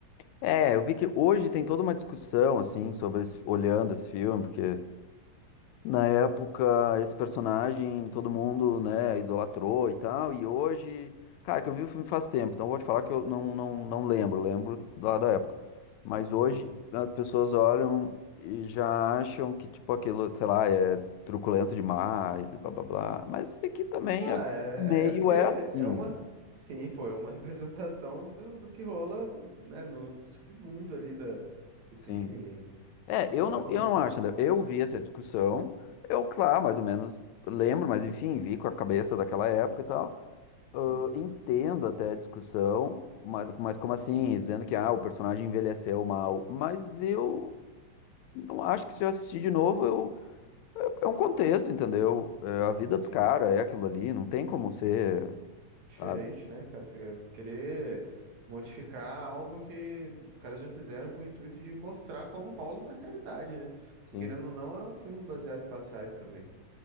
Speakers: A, on the left; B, on the right.
A: É, eu vi que hoje tem toda uma discussão, assim, sobre esse- olhando esse filme, porque Na época, esse personagem todo mundo, né, idolatrou e tal. E hoje, cara, que eu vi o filme faz tempo, então vou te falar que eu não, não, não lembro, lembro lá da época. Mas hoje
B: sim
A: as pessoas olham e já acham que, tipo, aquilo, sei lá, é truculento demais, e blá blá blá. Mas aqui também
B: Ah,
A: é
B: é,
A: meio
B: é é porque
A: é
B: é
A: assim,
B: uma.
A: né?
B: Sim, pô, é uma <laughs> representação do, do que rola, né, no submundo ali da, do
A: Sim.
B: crime.
A: É,
B: Então,
A: eu não, eu não acho, André. Eu vi essa discussão, eu, claro, mais ou menos lembro, mas enfim, vi com a cabeça daquela época e tal. Eu
B: sim,
A: entendo até a discussão, mas, mas como assim? Dizendo que ah, o personagem envelheceu mal. Mas eu não acho que se eu assistir de novo, eu, é um contexto, entendeu? É a vida
B: sim.
A: dos caras é aquilo ali, não tem como ser,
B: Diferente,
A: sabe?
B: né, cara? Você querer modificar algo que os caras já fizeram com o intuito de mostrar como rola na realidade, né? Porque,
A: Sim.
B: querendo ou não, é um filme baseado em fatos reais também.